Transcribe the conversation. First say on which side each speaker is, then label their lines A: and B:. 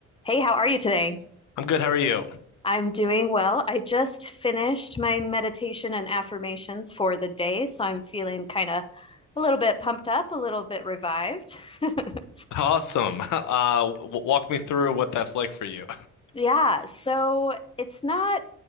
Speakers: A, on the left; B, on the left.
A: Hey, how are you today?
B: I'm good. How are you?
A: I'm doing well. I just finished my meditation and affirmations for the day, so I'm feeling kind of a little bit pumped up, a little bit revived. <laughs>
B: Awesome. <laughs> Uh, w walk me through what that's like for you.
A: Yeah, so it's not